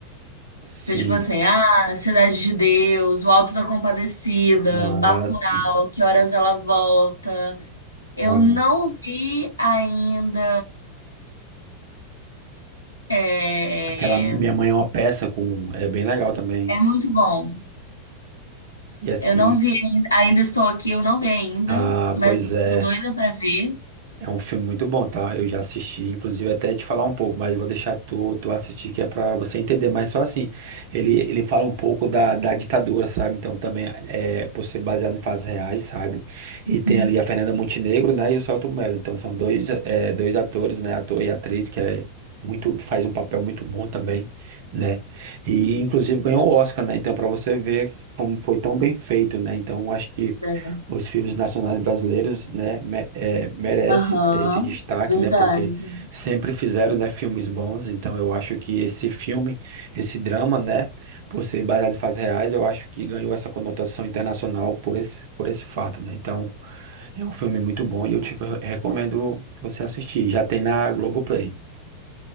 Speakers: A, on the right; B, on the left.
A: Sim.
B: Então, tipo assim, ah, Cidade de Deus, O Alto da Compadecida,
A: Ah,
B: Bacurau,
A: sim.
B: Que Horas Ela Volta. Eu
A: Ah,
B: não vi ainda. É,
A: aquela Minha Mãe é uma Peça com, é bem legal também.
B: é muito bom.
A: E assim,
B: Eu não vi ainda, ainda estou aqui, eu não vi ainda,
A: ah,
B: mas
A: pois
B: estou
A: é.
B: doida para ver.
A: É um filme muito bom, tá? Eu já assisti, inclusive até te falar um pouco, mas eu vou deixar tu, tu assistir que é pra você entender. Mas só assim, ele, ele fala um pouco da, da ditadura, sabe? Então também é por ser baseado em fatos reais, sabe? E
B: Uhum.
A: tem ali a Fernanda Montenegro, né? E o Selton Mello. Então são dois, é, dois atores, né? Ator e atriz que é muito faz um papel muito bom também, né? E inclusive ganhou o Oscar, né? Então para você ver como foi tão bem feito, né? Então acho que
B: É.
A: os filmes nacionais brasileiros, né, me, é, merece
B: Aham,
A: ter esse destaque,
B: verdade.
A: né, porque sempre fizeram, né, filmes bons, então eu acho que esse filme, esse drama, né, por ser baseado em fatos reais, eu acho que ganhou essa conotação internacional por esse, por esse fato, né, então é um filme muito bom e eu te re- recomendo você assistir, já tem na Globoplay,